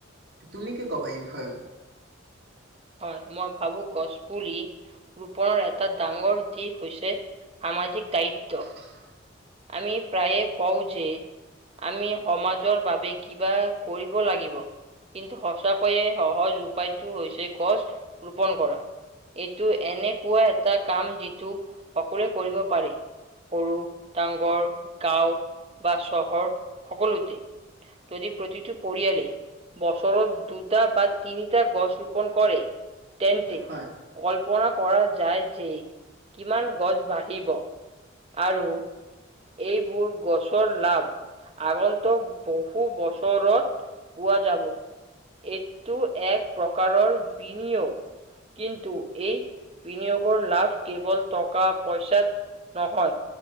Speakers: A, on the right; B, on the right.
A: তুমি কি ক'বা, এই বিষয়ত?
B: হয়, মই ভাবোঁ গছ পুলি ৰোপনৰ এটা ডাঙৰ দিশ হৈছে সামাজিক দায়িত্ব।
A: <unintelligible>
B: আমি প্ৰায়ে কওঁ যে আমি সমাজৰ বাবে কিবা কৰিব লাগিব। কিন্তু সঁচাকৈয়ে সহজ উপায়টো হৈছে গছ ৰোপন কৰা। এইটো এনেকুৱা এটা কাম যিটো সকলোৱে কৰিব পাৰে, সৰু ডাংঘৰ, গাওঁ বা চহৰ সকলোতে। যদি প্ৰতিটো পৰিয়ালে বছৰত দুটা বা তিনিটা গছ ৰোপন কৰে তেন্তে
A: হয়।
B: কল্পনা কৰা যায় যে কিমান গছ বাঢ়িব আৰু এইবোৰ গছৰ লাভ। আগন্তুক বহু বছৰত পোৱা যাব। এইটো এক প্ৰকাৰৰ বিনিয়োগ। কিন্তু বিনিয়োগৰ লাভ কেবল টকা পইচাত নহয়।